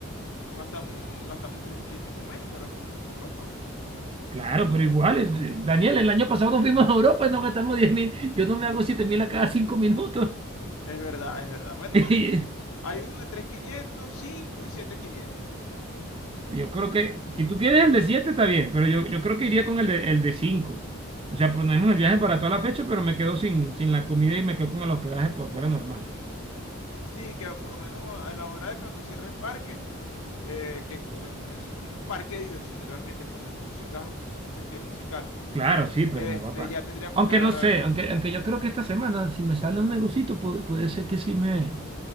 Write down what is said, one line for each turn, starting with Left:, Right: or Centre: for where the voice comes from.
Left: no gastamos, gastamos tres mil y pico menos para lo que fuimos a Europa.
Right: Claro, pero igual, es- eh, Daniel, el año pasado nos fuimos a Europa y nos gastamos diez mil, yo no me hago siete mil a cada 5 minutos.
Left: Es verdad, es verdad. Bueno,
Right: <laughs>
Left: te- te- hay uno de 3.500, 5 y siete mil quinientos,
Right: Y yo creo que, si tú quieres el de 7 está bien, pero yo, yo creo que iría con el de, el de 5. O sea, ponemos el viaje para toda la fecha, pero me quedo sin, sin la comida y me quedo con el hospedaje por fuera normal.
Left: Sí, que por lo menos a la hora de cuando cierre el parque, eh, que es, porque eso es como un parque de diversiones realmente, pero de música, como un festival musical,
Right: Claro, sí, pero
Left: este,
Right: no va para.
Left: ya tendríamos
Right: Aunque
Left: que agarrar,
Right: no sé, aunque, aunque yo creo que esta semana, si me sale un negocito, pu- puede, ser que sí me,